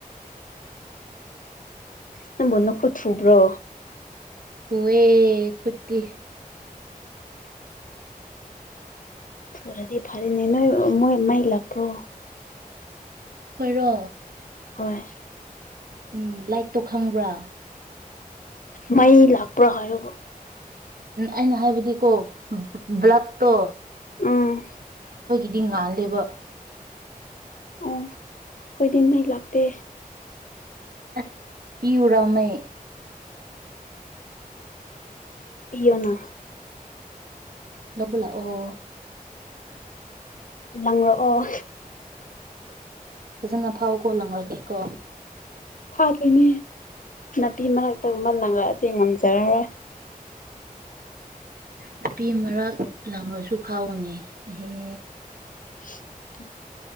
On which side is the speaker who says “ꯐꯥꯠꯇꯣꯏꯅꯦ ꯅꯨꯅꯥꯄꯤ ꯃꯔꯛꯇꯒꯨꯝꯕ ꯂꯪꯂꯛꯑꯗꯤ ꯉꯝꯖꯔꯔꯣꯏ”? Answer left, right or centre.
Left